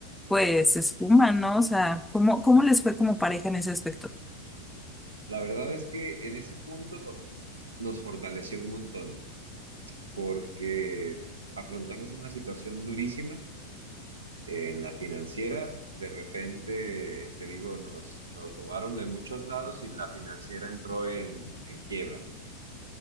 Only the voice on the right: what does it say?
La verdad es que en ese punto nos fortaleció un montón porque afrontamos una situación durísima En la financiera, de repente, te digo, nos, nos robaron de muchos lados y la financiera entró en, en quiebra.